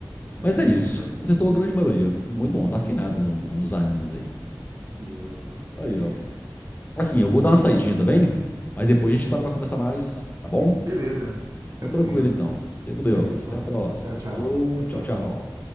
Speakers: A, on the right; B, on the left.
A: Ah,
B: Mas
A: imagino,
B: é isso.
A: mas
B: Acertou
A: foi de boa.
B: a grande maioria. Muito bom, tá afinado no- nos animes aí.
A: Boa, boa. Fico
B: Aí,
A: feliz.
B: ó. Assim, eu vou dar uma saidinha também, mas depois a gente para pra conversar mais, tá bom?
A: Beleza.
B: Então,
A: Tranquilo.
B: tranquilo então. Fica com Deus.
A: Aí se fala.
B: Até a próxima.
A: Tchau, tchau.
B: Falou,
A: Até a próxima.
B: tchau, tchau.